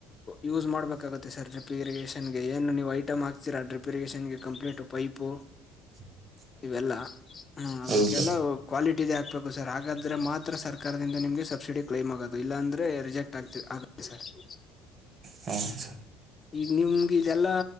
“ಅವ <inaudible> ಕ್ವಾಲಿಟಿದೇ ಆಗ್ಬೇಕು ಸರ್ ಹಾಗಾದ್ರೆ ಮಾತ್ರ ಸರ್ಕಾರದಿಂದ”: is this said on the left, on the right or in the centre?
Left